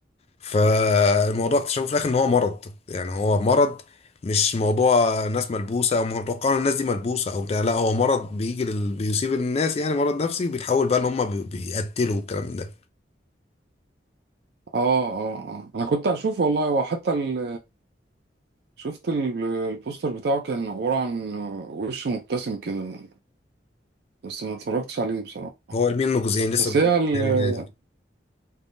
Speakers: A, on the left (about 35°); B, on the right (about 60°).
A: فالموضوع اكتشفوا في الاخر ان هو مرض يعني هو مرض مش موضوع ناس ملبوسه او متوقع ان الناس دي ملبوسه او بتاع لا هو مرض بيجي لل... بيصيب الناس يعني مرض نفسي وبيتحول بقى ان هم بي- بيقتلوا والكلام من ده
B: اه اه اه انا كنت هشوفه والله هو حتى ال... شفت ال- البوستر بتاعه كان عبارة عن وش مبتسم كده بس ما اتفرجتش عليه بصراحة
A: هو عاملين منه جزئين لسه
B: بس
A: الجزء
B: هي ال...
A: الثاني نازل